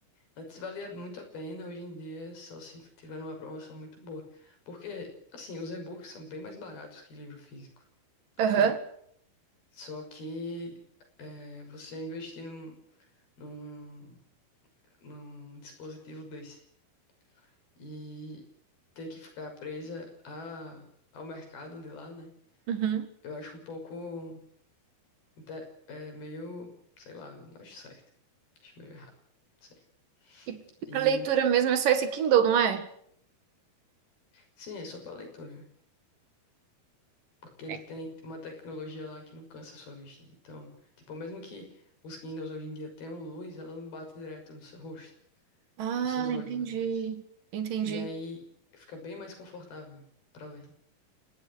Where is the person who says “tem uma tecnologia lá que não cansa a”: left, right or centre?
Left